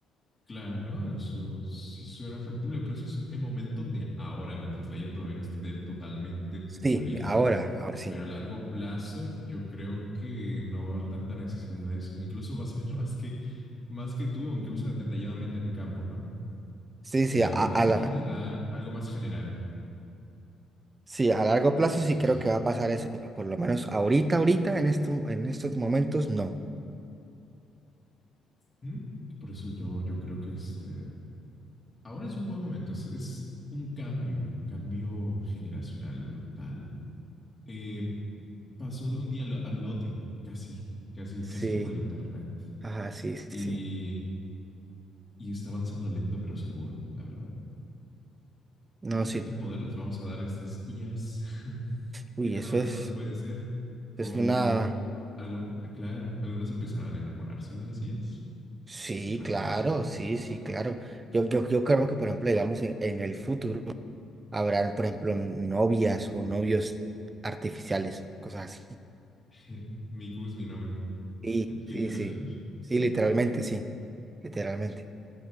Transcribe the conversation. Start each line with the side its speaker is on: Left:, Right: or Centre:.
Left: Claro, eso sí suena factible, pero eso es el momento de ahora, mientras la IA todavía no esté totalmente
Right: Sí,
Left: pulida.
Right: ahora, ahora sí.
Left: pero a largo plazo yo creo que no va a haber tanta necesidad de eso. Incluso vas a ver <laughs> más que, más que tú o incluso detalladamente en el campo, ¿no?
Right: Sí,
Left: Eh,
Right: sí, a, a
Left: ahorita simplemente
Right: la-
Left: te da algo más general.
Right: sí, a largo plazo sí
Left: Sí,
Right: creo
Left: sí.
Right: que va a pasar eso, pero por lo menos ahorita, ahorita, en esto, en estos momentos, no.
Left: ¿Mm? Por eso yo, yo creo que este, ahora es un buen momento. Es, es un cambio, un cambio generacional brutal. Eh, pasó de un día al, al otro, casi, casi,
Right: Sí,
Left: casi como el internet.
Right: ajá, sí, sí.
Left: Y,
Right: sí.
Left: y está avanzando lento pero seguro, la verdad.
Right: No,
Left: ¿Y qué
Right: sí.
Left: tanto poder les vamos a dar a estas IAs? <laughs>
Right: Uy,
Left: ¿Qué tan
Right: eso
Left: avanzadas
Right: es,
Left: pueden ser? O
Right: es una...
Left: algún, aclara, algunos empezarán a enamorarse de las IAs,
Right: Sí,
Left: les empezarán
Right: claro,
Left: a...
Right: sí, sí, claro. Yo, yo, yo creo que, por ejemplo, digamos, en en el futuro, Habrán, por ejemplo, novias o novios artificiales, cosas así.
Left: <laughs> Miku es mi novio,
Right: Sí,
Left: <laughs> literal.
Right: sí, sí. Sí,
Left: <laughs>
Right: literalmente, sí. Literalmente.